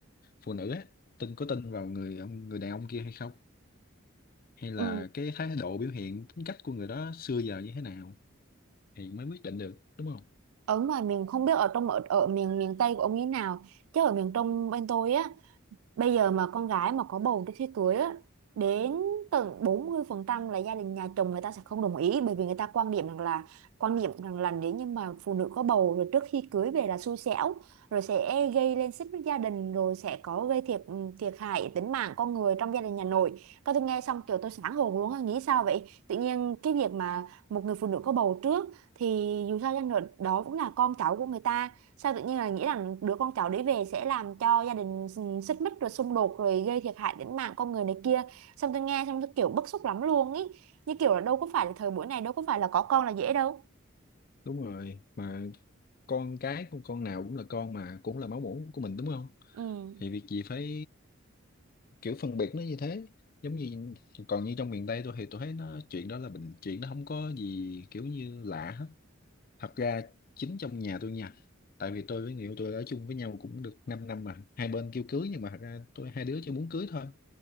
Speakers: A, on the left; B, on the right.
A: phụ nữ á tin có tin vào người ông người đàn ông kia hay không hay là
B: ừ.
A: cái thái độ biểu hiện tính cách của người đó xưa giờ như thế nào thì mới quyết định được đúng không
B: Ở mà miền không biết ở trong ở, ở miền miền Tây của ông như thế nào, chứ ở miền Trung bên tôi á Bây giờ mà con gái mà có bầu trước khi cưới á, đến tận 40% là gia đình nhà chồng người ta sẽ không đồng ý bởi vì người ta quan điểm rằng là quan điểm rằng là nếu như mà phụ nữ có bầu rồi trước khi cưới về là xui xẻo rồi sẽ gây lên xích mích gia đình rồi sẽ có gây thiệt ừ, thiệt hại tính mạng con người trong gia đình nhà nội. Các tôi nghe xong kiểu tôi sáng hồn luôn á, nghĩ sao vậy? Tự nhiên cái việc mà một người phụ nữ có bầu trước thì dù sao chăng nữa đó cũng là con cháu của người ta sao tự nhiên là nghĩ rằng đứa con cháu đấy về sẽ làm cho gia đình s- xích mích rồi xung đột rồi gây thiệt hại đến mạng con người này kia xong tôi nghe xong tôi kiểu bức xúc lắm luôn ý như kiểu là đâu có phải là thời buổi này đâu có phải là có con là dễ đâu
A: đúng rồi mà con cái của con nào cũng là con mà cũng là máu mủ của mình đúng không
B: ừ
A: thì việc gì phải kiểu phân biệt nó như thế giống như còn như trong miền Tây tôi thì tôi thấy nó chuyện đó là bình chuyện nó không có gì kiểu như lạ hết thật ra chính trong nhà tôi nha tại vì tôi với người yêu tôi ở chung với nhau cũng được 5 năm mà hai bên kêu cưới nhưng mà thật ra tôi hai đứa chỉ muốn cưới thôi